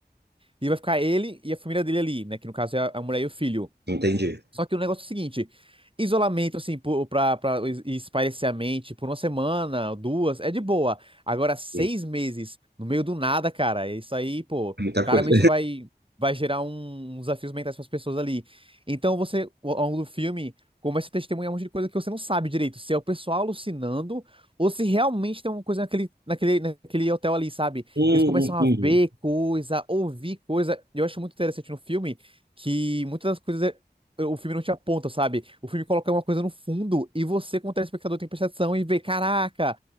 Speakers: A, on the right; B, on the right.
A: E vai ficar ele e a família dele ali, né? Que no caso é a a mulher e o filho.
B: Entendi.
A: Só que o negócio é o seguinte: isolamento, assim, por- pra, pra espairecer a mente por uma semana, duas, é de boa. Agora, seis
B: Sim,
A: meses, no meio do nada, cara, é isso aí, pô,
B: Muita
A: claramente
B: coisa.
A: vai, vai gerar um, uns desafios mentais pras pessoas ali. Então, você, ao ao longo do filme, começa a testemunhar um monte de coisa que você não sabe direito: se é o pessoal alucinando ou se realmente tem uma coisa naquele, naquele, naquele hotel ali, sabe?
B: Hum,
A: Eles começam
B: Entendi.
A: a ver coisa, ouvir coisa. Eu acho muito interessante no filme que muitas das coisas é o filme não te aponta, sabe? O filme coloca uma coisa no fundo e você, como telespectador, tem que atenção e vê, caraca,